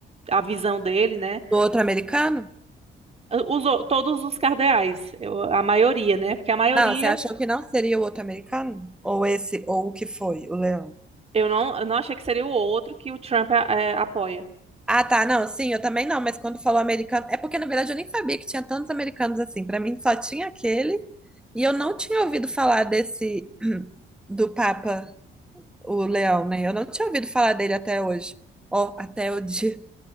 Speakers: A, on the right (about 30°); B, in the centre.
A: a visão dele, né?
B: O outro americano?
A: Os, o- todos os cardeais, eu- a maioria, né? Porque a maioria,
B: Não, você achou que não seria o outro americano? Ou esse, ou o que foi, o leão?
A: eu não, eu não achei que seria o outro que o Trump é, apoia.
B: Ah, tá, não, sim, eu também não, mas quando falou americano, é porque na verdade eu nem sabia que tinha tantos americanos assim. Pra mim só tinha aquele, e eu não tinha ouvido falar desse <clears throat> do Papa, o Leão, né? Eu não tinha ouvido falar dele até hoje. Ó, até o dia,